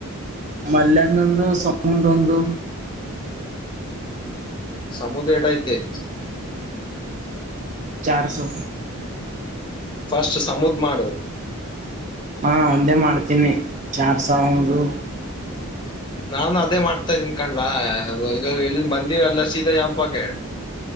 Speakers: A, on the right (about 30°); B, on the left (about 20°).
A: ಮಲ್ಲಂದಂದು ಸಮ ರಂದು
B: ಸಮುದ್ರಯಟ ಇ ತ
A: ಚಾರ ಸೊ
B: ಫಸ್ಟ್ ಸಮುದ್ ಮಾಡು
A: ಹಾ ಒಂದೇ ಮಾಡ್ತೀನಿ ಚಾರ್ ಸಾವಿರರು
B: ನಾನು ಅದೇ ಮಾಡ್ತಾ ಇದ್ದೀನ್ ಕಂಡಲ ಇಲ್ಲಿನ್ ಬಂದಿವ ಎಲ್ಲ ಸೀದಾ ಯಪಾ ಕೇ